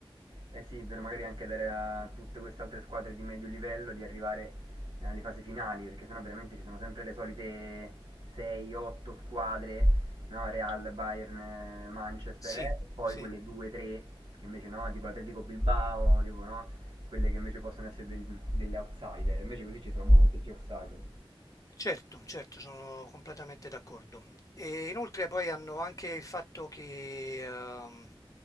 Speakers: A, on the right; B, on the left.
A: Eh sì, è vero, magari anche dare a tutte queste altre squadre di medio livello di arrivare eh, alle fasi finali, perché sennò veramente ci sono sempre le solite 6-8 squadre, no? Real, Bayern, eh, Manchester,
B: Sì,
A: eh, e poi
B: sì.
A: quelle 2-3 che invece no, tipo l'Atletico Bilbao, tipo no, quelle che invece possono essere del- delle outsider, invece così ci sono molte più outsider.
B: Certo, certo, sono completamente d'accordo. E inoltre poi hanno anche il fatto che ehm,